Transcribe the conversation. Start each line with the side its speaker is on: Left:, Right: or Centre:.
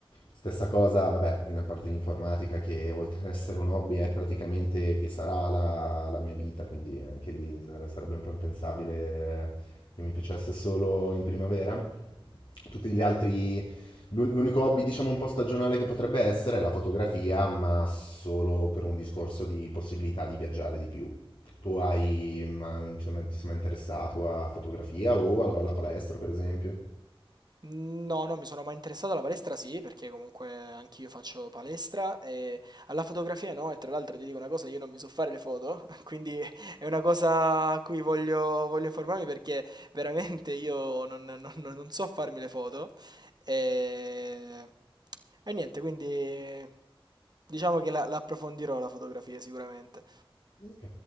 Left: Stessa cosa, vabbè, a parte l'informatica che oltre ad essere un hobby è praticamente e sarà la, la mia vita, quindi anche lì sare- sarebbe un po' impensabile che mi piacesse solo in primavera. Tutti gli altri, l'u- l'unico hobby, diciamo, un po' stagionale che potrebbe essere è la fotografia, ma solo per un discorso di possibilità di viaggiare di più. Tu hai, ma, ti sei mai interessato a fotografia o alla alla palestra, per esempio?
Right: No, non mi sono mai interessato alla palestra, sì, perché comunque anch'io faccio palestra e alla fotografia no, e tra l'altro ti dico una cosa, io non mi so fare le foto, <laughs> quindi è una cosa a cui voglio, voglio informarmi perché veramente io non, non- non- non so farmi le foto e, e niente, quindi diciamo che la, la approfondirò la fotografia sicuramente.
Left: Ok.